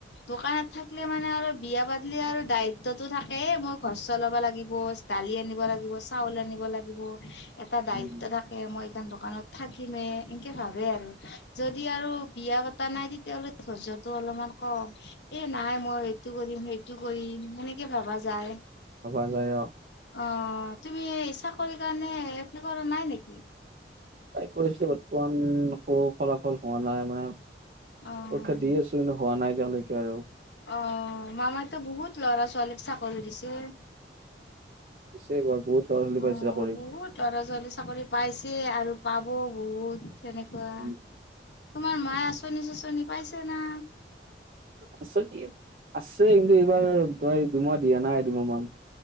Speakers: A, on the left; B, on the right.
A: দোকানত থাকিলে মানে অলপ বিয়া পাতিলে আৰু দায়িত্বটো থাকে মোৰ ঘৰ চৰ। চলাব লাগিব দালি আন লাগিব চাউল আনিব লাগিব এটা দায়িত্ব
B: উম,
A: থাকে মই। এইখন দোকানত থাকিমে এনকে ভাবে আৰু যদি আৰু বিয়া পাতি পতা নাই তেতিয়াহ'লে ধৈৰ্যটো অলপমান কম এ নাই মই এইটো কৰিম সেইটো কৰিম হেনে। কে ভাবা যায়।
B: ভবা যায় অ'!
A: অ তুমি চাকৰি কাৰণে এপ্লাই কৰা নাই নেকি?
B: ট্ৰাই কৰিছিলোঁ। বৰ্তমান, একো ফলাফল হোৱা নাই। মানে,
A: অ'।
B: পৰীক্ষা দি আছোঁ। কিন্তু, হোৱা নাই এতিয়ালৈকে আৰু।
A: অ মামাই তো বহুত লৰা ছোৱালীক চাকৰি দিছে।
B: দিছে এইবাৰ বহুত। ল'ৰা ছোৱালী পাইছে
A: অ
B: চাকৰি
A: বহুত ল'ৰা ছোৱালী চাকৰি পাইছে আৰু পাব বহুত। তেনেকুৱা
B: উম,
A: তোমাৰ মায়ে আচনি চাচনি পাইছে না।
B: আছ আছে কিন্তু এইবাৰ তই দুমাহ দিয়া নাই দুমাহমান।